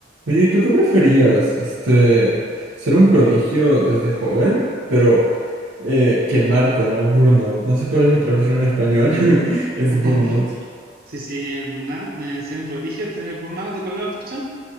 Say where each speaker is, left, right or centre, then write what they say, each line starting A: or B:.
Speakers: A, on the right (about 85°); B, on the right (about 55°).
A: Oye, ¿y tú qué preferías? Este, ser un prodigio desde joven, pero eh, quemarte, ¿no? Burnout. No sé cuál es la traducción en español. <laughs> Es
B: <laughs>
A: burnout.
B: Sí, sí, el burnout, eh, ser un prodigio, tener burnout, ¿cuál es la otra opción?